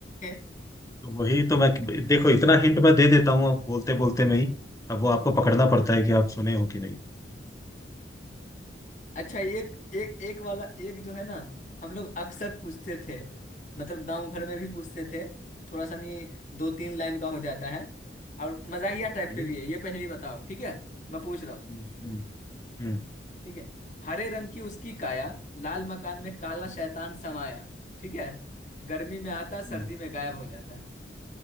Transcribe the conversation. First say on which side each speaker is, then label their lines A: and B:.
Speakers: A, on the left (about 40°); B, on the left (about 15°).
A: <laughs>
B: तो वही तो मैं देखो इतना हिंट मैं दे देता हूँ बोलते बोलते में ही अब वो आपको पकड़ना पड़ता है कि आप सुने हो कि नहीं
A: अच्छा एक एक एक वाला एक जो है ना हम लोग अक्सर पूछते थे मतलब गांव घर में भी पूछते थे थोड़ा सा नहीं दो तीन लाइन का हो जाता है और मजाहिया टाइप
B: सही
A: पे
B: है?
A: भी है ये पहली बताओ ठीक है मैं पूछ रहा हूँ
B: हम्म हम्म हम्म
A: ठीक है हरे रंग की उसकी काया लाल मकान में काला
B: हम्म,
A: शैतान समाया ठीक है गर्मी में आता सर्दी
B: हम्म।
A: में गायब हो जाता